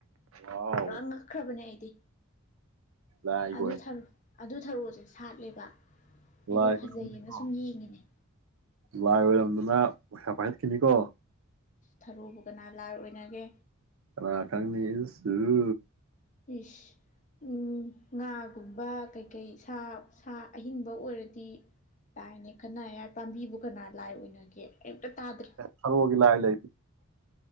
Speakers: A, on the right; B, on the left.
A: ꯋꯥꯎ
B: ꯄꯨꯔꯥ ꯉꯛꯈ꯭ꯔꯕꯅꯦ ꯑꯩꯗꯤ
A: ꯂꯥꯏꯒꯤ
B: ꯑꯗꯨ
A: ꯑꯣꯏ
B: ꯊꯔꯣ ꯑꯗꯨ ꯊꯔꯣ ꯁꯥꯠꯂꯦꯕ ꯑꯩꯁꯦ
A: ꯂꯥꯏꯒ
B: ꯐꯖꯩꯌꯦꯅ
A: ꯑꯣꯏꯔꯝꯅꯤꯀꯣ
B: ꯁꯨꯝ ꯌꯦꯡꯉꯤꯅꯦ
A: ꯂꯥꯏꯒ ꯑꯣꯏꯔꯝꯗꯅ ꯄꯩꯁꯥ ꯄꯥꯏꯈꯠꯈꯤꯅꯤꯀꯣ
B: ꯊꯔꯣꯕꯨ ꯀꯅꯥ ꯂꯥꯏ ꯑꯣꯏꯅꯅꯒꯦ
A: ꯀꯥꯅꯥ ꯈꯪꯅꯤ ꯎꯁ ꯍꯨ
B: ꯏꯁ ꯎꯝ ꯉꯥꯒꯨꯝꯕ ꯀꯩꯀꯩ ꯁꯥ ꯁꯥ ꯑꯍꯤꯡꯕ ꯑꯣꯏꯔꯗꯤ ꯇꯥꯏꯅꯦ ꯀꯅꯥ ꯍꯥꯏꯌꯥꯔ ꯄꯥꯝꯕꯤꯕꯨ ꯀꯅꯥ ꯂꯥꯏ ꯑꯣꯏꯅꯒꯦ ꯑꯩ ꯑꯝꯇ ꯇꯥꯗ꯭ꯔꯤ
A: ꯊꯔꯣꯒꯤ ꯂꯥꯏ ꯂꯩ